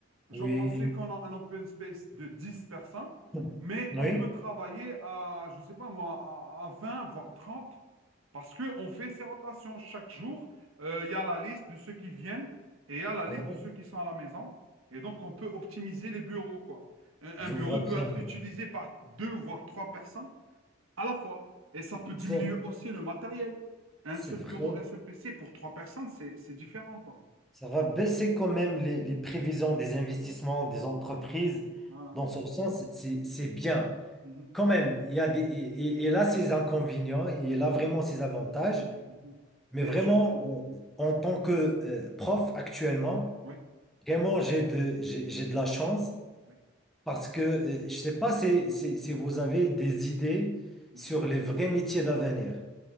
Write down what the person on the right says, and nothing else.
Genre,
on sait qu'on a un open space de 10 personnes,
mais
on peut travailler à, je sais pas moi, à, à 20, voire 30 parce qu'on fait ces rotations. Chaque jour, euh, il y a la liste de ceux qui viennent et il y a la liste
de
ceux qui sont à la maison. Et donc, on peut optimiser les bureaux, quoi. Un
un bureau
peut être utilisé par deux, voire trois personnes à la fois. Et ça peut diminuer
aussi le matériel. Un
seul
bureau, un seul PC pour trois personnes, c'est c'est différent, quoi.
Voilà.
Mhm,
mhm.
Bien
sûr.
Oui.
Oui.
Mhm,